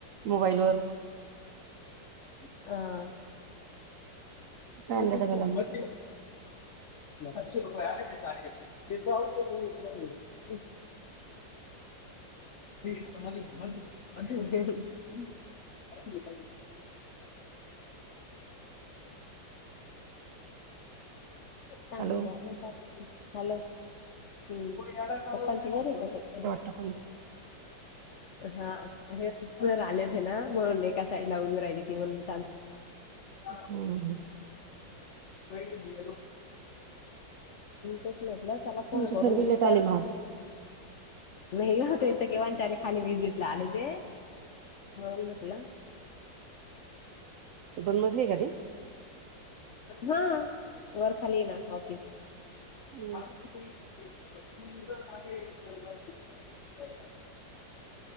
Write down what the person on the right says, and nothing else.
मोबाईलवर.
काय आणलं डब्याला मग
हॅलो.
<unintelligible>
हम्म
तुमची
सर्वी
लेट आली मग आज
दोन मजली आहे का ते?
हम्म